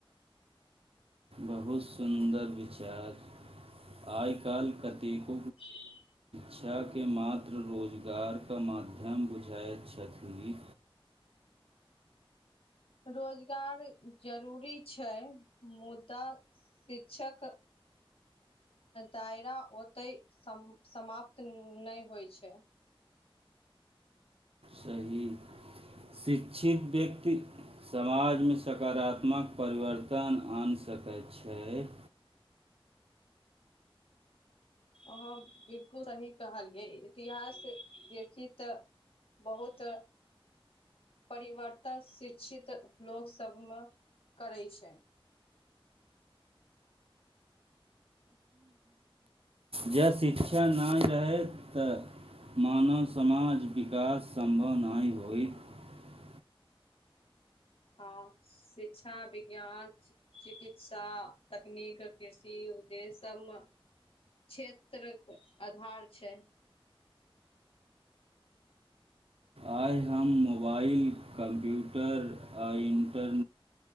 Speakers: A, on the right; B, on the left.
A: बहुत सुन्दर विचार, आइ काल्हि कतेक
B: <unintelligible>
A: शिक्षा के मात्र मात्र रोजगारके माध्यम बुझैत छथि।
B: रोजगार जरूरी छै, मुदा शिक्षाक दायरा ओतहि सम समाप्त नहि होइ छै।
A: सही शिक्षित व्यक्ति समाजमे सकारात्मक परिवर्तन आनि सकैत छै।
B: अहां बिलकुल सही कहलियै, इतिहास देखी त बहुत परिवर्तन शिक्षित लोक सभमे करै छै।
A: जं शिक्षा नहि रहय त मानव समाजक विकास सम्भव नहि होयत।
B: हां, शिक्षा विज्ञान, चिकित्सा, तकनीक, कृषि उदे्दश्य सबमे क्षेत्र आधार छै।
A: आइ हम मोबाइल कम्प्यूटर आ इन्टर